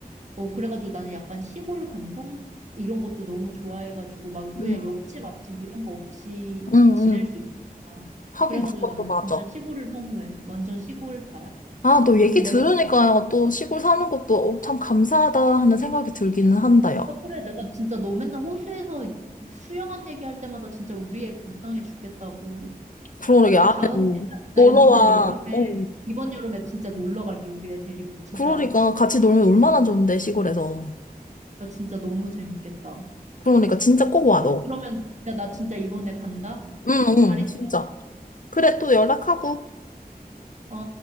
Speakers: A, on the right; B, on the left.
A: 어, 그래가지고 나는 약간 시골 감성 이런 것도 너무 좋아해가지고 막 그냥
B: 응,
A: 옆집 앞집 이런 거 없이
B: 응.
A: 지낼
B: 응.
A: 수 있잖아.
B: 하긴
A: 그래가지고
B: 그것도
A: 나는
B: 맞아.
A: 진짜 시골을 선호해. 완전 시골파야.
B: 아, 너 얘기
A: 근데 내가
B: 들으니까 또 시골 사는 것도 어, 참 감사하다 하는 생각이 들기는 한다, 야.
A: 그래 내가 진짜 너 맨날 호수에서 수영한 얘기할 때마다 진짜 우리 애 불쌍해 죽겠다고.
B: 그러게,
A: 야, 나
B: 아,
A: 다음에
B: 음,
A: 나
B: 놀러와.
A: 이번 여름에
B: 어.
A: 이번 여름에 진짜 놀러 갈게. 우리 애 데리고 진짜.
B: 그러니까 같이 놀면 얼마나 좋은데, 시골에서.
A: 나 진짜 너무 재밌겠다.
B: 그러니까 진짜 꼭 와, 너.
A: 그러면, 야, 나 진짜 이번에 간다?
B: 응, 응,
A: 잘 있어.
B: 진짜. 그래, 또 연락하고.
A: 어?